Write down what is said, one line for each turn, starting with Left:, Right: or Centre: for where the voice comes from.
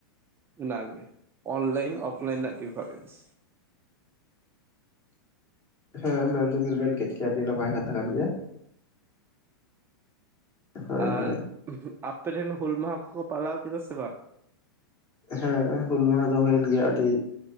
Right: ᱚᱱᱟᱜᱮ ᱚᱱᱞᱟᱭᱤᱱ ᱚᱯᱷᱞᱟᱭᱤᱱ ᱨᱮᱱᱟᱜ ᱰᱤᱯᱷᱟᱨᱮᱱᱥ᱾
Left: ᱦᱮᱸ ᱢᱮᱱ ᱫᱚᱵᱤᱱ ᱢᱮᱱ ᱠᱮᱫ ᱜᱮᱭᱟ ᱟᱹᱰᱤ ᱱᱟᱯᱟᱭ ᱠᱟᱛᱷᱟ ᱠᱟᱱ ᱜᱮᱭᱟ, ᱦᱳᱭ
Right: ᱟᱨ
Left: ᱦᱳᱭ
Right: ᱟᱯᱮᱨᱮᱱ ᱦᱩᱞ ᱢᱟᱦᱟᱸ ᱠᱚᱠᱚ ᱯᱟᱞᱟᱣ ᱠᱮᱫᱟ ᱥᱮ ᱵᱟᱝ᱾
Left: ᱦᱮᱸ ᱦᱩᱞ ᱢᱟᱦᱟᱸ ᱫᱚ ᱦᱩᱭᱮᱱ ᱜᱮᱭᱟ ᱟᱹᱰᱤ